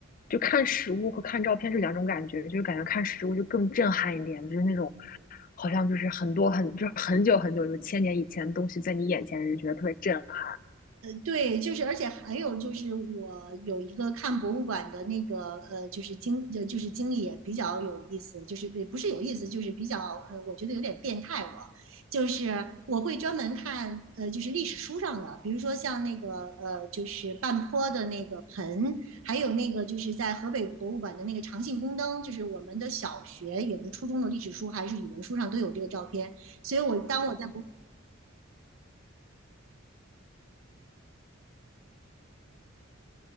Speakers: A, on the left; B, on the right.
A: 就看实物和看照片是两种感觉，就是感觉看实物就更震撼一点，就是那种好像就是很多很就是很久很久，有千年以前的东西在你眼前，就觉得特别震撼。
B: 对，就是，而且还有就是，我有一个看博物馆的那个呃，就是经就就是经历也比较有意思，就是也不是有意思，就是比较呃，我觉得有点变态我。就是我会专门看，呃，就是历史书上的，比如说像那个，呃，就是半坡的那个盆，还有那个就是在河北博物馆的那个长信宫灯，就是我们的小学也不初中的历史书还是语文书上都有这个照片，所以我当我在博，